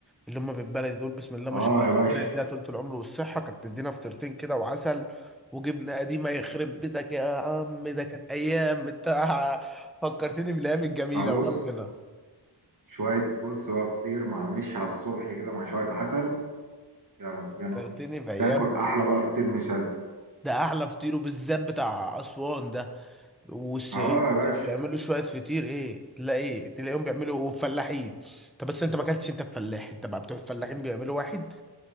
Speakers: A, in the centre; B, on the right.
A: اللي هم بالبلدي دول بسم الله
B: اه
A: ما شاء الله
B: يا باشا
A: ربنا يديها طول العمر والصحه كانت تدينا فطيرتين كده وعسل وجبنه قديمه يخرب بيتك يا عم ده كانت ايام انت <laughs> فكرتني بالايام الجميله
B: آه
A: وربنا
B: بص شويه بص بقى فطير مع مش على الصبح كده مع شويه عسل يا ربنا
A: فكرتني بايام
B: تاكل احلى بقى فطير مشلتت
A: ده احلى فطير وبالذات بتاع اسوان ده والشعير
B: اه يا باشا
A: بيعملوا شويه فطير ايه تلاقي تلاقيهم بيعملوا فلاحين طب بس انت ما اكلتش انت الفلاح انت بقى بتوع الفلاحين بيعملوا واحد